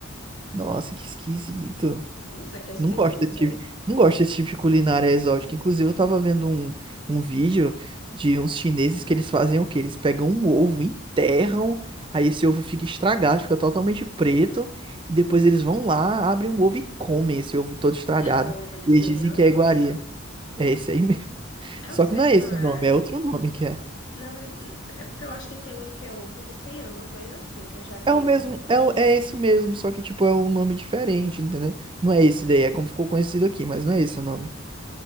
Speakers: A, on the right; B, on the left.
A: Nossa, que esquisito.
B: Nossa, que esquisita.
A: Não gosto desse tipo, não gosto desse tipo de culinária exótica. Inclusive, eu tava vendo um, um vídeo de uns chineses que eles fazem o quê? Eles pegam um ovo, enterram, aí esse ovo fica estragado, fica totalmente preto, e depois eles vão lá, abrem um ovo e comem esse ovo todo estragado.
B: É o ovo de
A: E
B: cem
A: eles dizem
B: anos?
A: que é iguaria. É esse aí mesmo. <laughs>
B: Eu
A: Só
B: sei
A: que não é
B: qual
A: esse
B: é.
A: o nome, é outro nome que é.
B: Na verdade, é porque eu acho que tem um que é ovo de 100 anos, coisa assim, que eu já vi.
A: É o mesmo, é, o- é esse mesmo, só que tipo é um nome diferente, entendeu? Não é esse daí, é como ficou conhecido aqui, mas não é esse o nome.